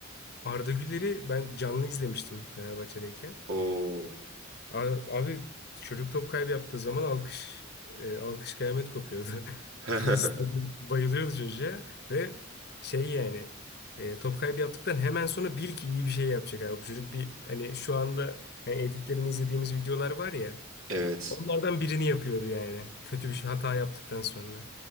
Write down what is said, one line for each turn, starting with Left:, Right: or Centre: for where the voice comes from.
Left: Arda Güler'i ben canlı izlemiştim Fenerbahçe'deyken.
Right: Oo.
Left: A- Abi çocuk top kaybı yaptığı zaman alkış e, alkış kıyamet kopuyordu.
Right: <laughs>
Left: <laughs> Stadyum bayılıyordu çocuğa ve şey yani e, top kaybı yaptıktan hemen sonra bil ki iyi bir şey yapacak abi. Bu çocuk bir hani şu anda hani editlerini izlediğimiz videolar var ya
Right: Evet.
Left: onlardan birini yapıyordu yani. Kötü bir şey hata yaptıktan sonra.